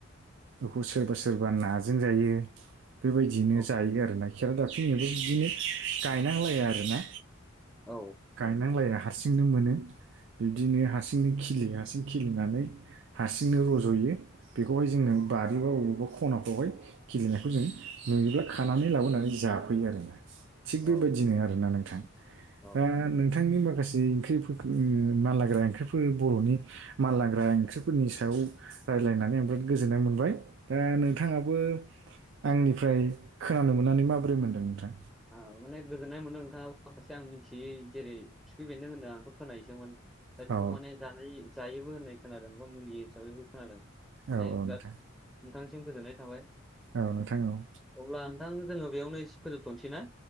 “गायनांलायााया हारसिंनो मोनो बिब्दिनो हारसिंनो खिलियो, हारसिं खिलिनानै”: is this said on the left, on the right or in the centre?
Right